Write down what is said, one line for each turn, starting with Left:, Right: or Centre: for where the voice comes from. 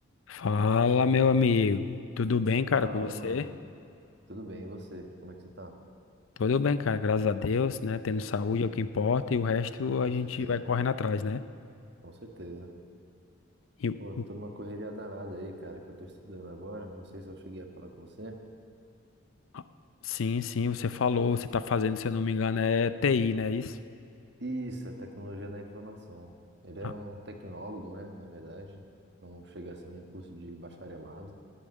Left: Fala, meu amigo. Tudo bem, cara,
Right: Fala,
Left: com você?
Right: irmão. Tudo bem, e você? Como é que você tá?
Left: Tudo bem, cara, graças a Deus, né? Tendo saúde
Right: Amém.
Left: é o que importa e o resto
Right: Com
Left: a gente
Right: certeza,
Left: vai correndo atrás, né?
Right: com certeza.
Left: E o-
Right: Pô, tô
Left: o-
Right: numa correria danada aí, cara, que eu tô estudando agora. Não sei se eu cheguei a falar com você.
Left: ah, sim, sim, você falou, você tá fazendo, se eu não me engano, é TI, né? Isso?
Right: Isso, é tecnologia da informação. Ele é
Left: Ah,
Right: um tecnólogo, né, na verdade. Não chega a ser um curso de bacharelado,